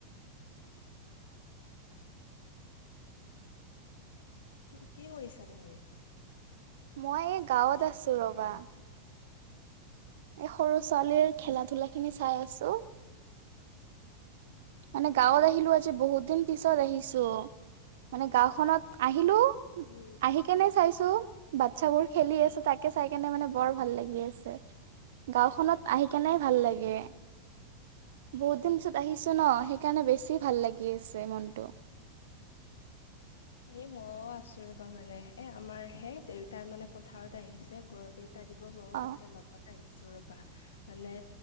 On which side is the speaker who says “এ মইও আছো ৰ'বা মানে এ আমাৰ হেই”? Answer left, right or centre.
Left